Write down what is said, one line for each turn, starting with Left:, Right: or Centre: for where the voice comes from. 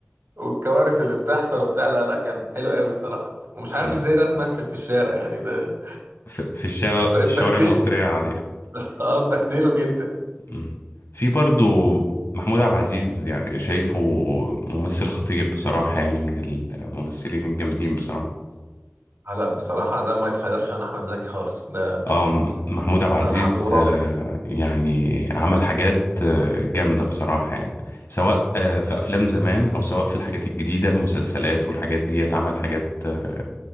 Right: والكوارث اللي بتحصل وبتاع لا لا كان حلو قوي الصراحة ومش عارف
Left: أمم.
Right: ازاي ده اتمثل في الشارع يعني ده
Left: في في الشارع
Right: اتبهدله
Left: الشوارع المصرية
Right: يعني
Left: عادية
Right: <laughs> اه اتبهدله جدا
Left: مم. في برضو محمود عبد العزيز يعني شايفه ممثل خطير بصراحة يعني من الممثلين الجامدين بصراحة
Right: آه لا بصراحة ده ما يتخيرش عن أحمد زكي خالص ده تحفة
Left: اه م- محمود عبد العزيز
Right: الله يرحمه رائع
Left: آه، يعني عمل حاجات آه، جامدة بصراحة يعني سواء آه، في أفلام زمان أو سواء في الحاجات الجديدة المسلسلات والحاجات دي عمل حاجات آه،